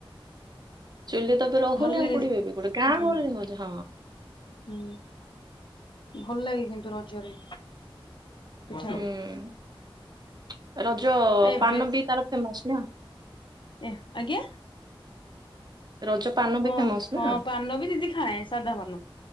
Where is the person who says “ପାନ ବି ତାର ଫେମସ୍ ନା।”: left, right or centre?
Right